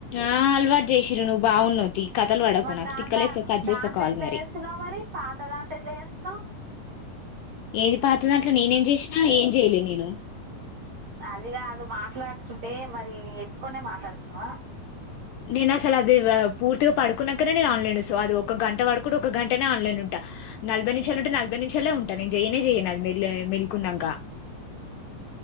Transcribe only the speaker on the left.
ఆ అల్వాటు జేసిరు నువ్వు బావున్నవ్ తీ. కథలు పడకు
నాకు
తిక్కలేస్తాది కట్ చేస్తా
కాల్
మరి
ఏది పాతందట్ల నేనేం చేసినా ఏం చెయలే నేను
నేను అసలు అది రా పూర్తిగా పడుకున్నక నేను ఆన్లైన్ సో అది ఒక గంట పడుకుంటే ఒక గంటనే ఆన్లైన్ ఉంటా నలభై నిమిషాలు ఉంటే నలభై నిషాలె ఉం ట నేను చెయనే చేయను అది మ మెల్లుకున్నాక